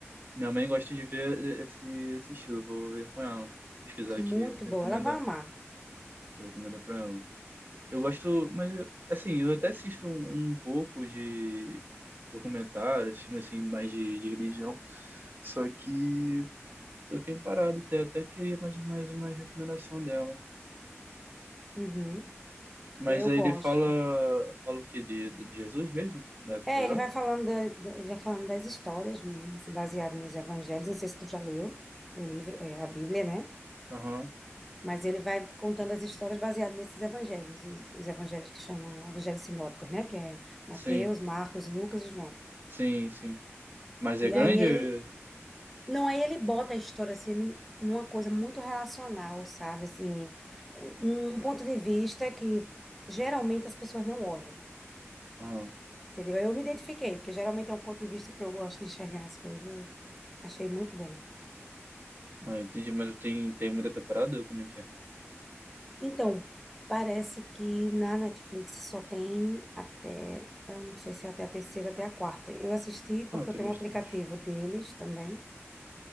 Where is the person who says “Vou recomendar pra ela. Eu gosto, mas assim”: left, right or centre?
Right